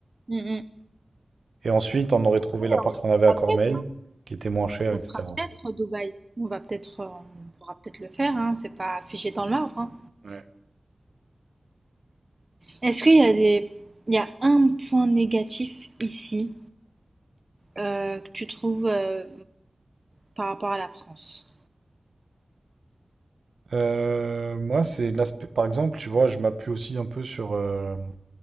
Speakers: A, on the right; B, on the right.
A: Mm, mm.
B: Et ensuite, on aurait trouvé
A: Oui,
B: l'appart
A: On
B: qu'on avait à
A: fera
B: Cormeilles,
A: peut-être,
B: qui était moins cher,
A: on
B: etc.
A: fera peut-être Dubaï. On va peut-être, euh, on pourra peut-être le faire, hein, c'est pas figé dans le marbre, hein.
B: Ouais.
A: Est-ce qu'il y a des... Il y a un point négatif ici euh, que tu trouves euh, par rapport à la France?
B: Euh, moi, c'est l'aspect. Par exemple, tu vois, je m'appuie aussi un peu sur euh,